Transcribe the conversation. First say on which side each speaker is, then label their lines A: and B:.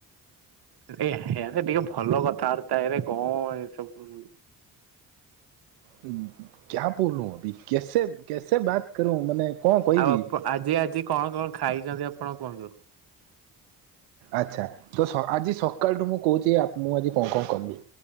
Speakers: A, on the right; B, on the right.
A: ଟିକେ ଭଲ କଥାବାର୍ତ୍ତାରେ କଣ ଏସବୁ।
B: କ୍ୟା ବୋଲୁ କେସେ କେସେ ବାତ କରୁ ମାନେ କଣ କହିବି
A: ଆଉ ଆଜି ଆଜି କଣ କଣ ଖାଇଛନ୍ତି ଆପଣ କୁହନ୍ତୁ।
B: ଆଚ୍ଛା ତ ଆଜି ସକାଳଠୁ ମୁଁ କହୁଛି ମୁଁ ଆଜି କଣ କଣ କଲି